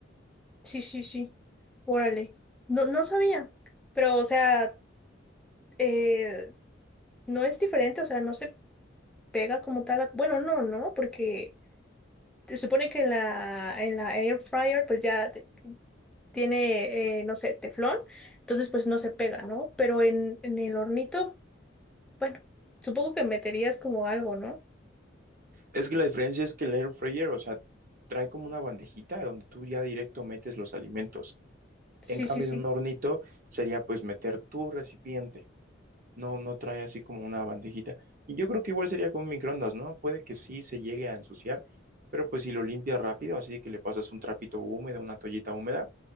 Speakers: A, in the centre; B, on the right.
A: Sí, sí, sí. Órale. No, no sabía. Pero, o sea, eh, no es diferente, o sea, no se pega como tal. a- Bueno, no, no, porque se supone que en la, en la air fryer, pues ya te- tiene, eh, no sé, teflón, entonces pues no se pega, ¿no? Pero en, en el hornito, bueno, supongo que meterías como algo, ¿no?
B: Es que la diferencia es que el air fryer, o sea, trae como una bandejita donde tú ya directo metes los alimentos.
A: Sí,
B: En cambio,
A: sí, sí.
B: en un hornito sería pues meter tu recipiente. No, no trae así como una bandejita. Y yo creo que igual sería con un microondas, ¿no? Puede que sí se llegue a ensuciar, pero pues si lo limpias rápido, así que le pasas un trapito húmedo, una toallita húmeda,